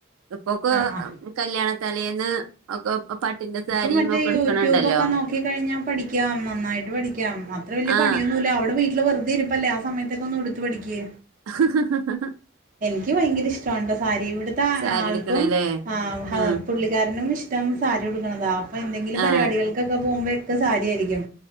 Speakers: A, on the right; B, on the right.
A: ഇപ്പൊക്കോ
B: ആഹ് ആഹ്
A: കല്യാണ തലേന്ന് ഒക്കെ പട്ടിന്റെ
B: ഇപ്പൊ
A: സാരിയും
B: മറ്റേ
A: ഒക്കെ
B: യൂട്യൂബൊക്കെ
A: എടുക്കണുണ്ടല്ലോ
B: നോക്കി കഴിഞ്ഞാൽ പഠിക്കാം നന്നായിട്ട് പഠിക്കാം അത്ര വല്യ
A: ആ
B: പണിയൊന്നും ല്ല അവ്ടെ വീട്ടില് വെരുതേ ഇരിപ്പല്ലേ ആ സമയതൊക്കൊന്ന് ഉടുത്ത് പഠിക്ക്
A: <unintelligible>
B: എനിക്ക് ഭയങ്കര ഇഷ്ടാണ് ട്ടോ സാരി ഇടുത്ത
A: സാരി
B: ആൾക്കും
A: എടുക്കണല്ലേ
B: ആഹ് ആഹ്
A: ഉം
B: പുള്ളിക്കാരനും ഇഷ്ടം സാരി ഉടുക്കണതാ അപ്പൊ എന്തെങ്കിലും പരിപാടികൾ
A: ആ
B: ക്കൊക്കെ പോകുമ്പോ ഒക്കെ സാരിയായിരിക്കും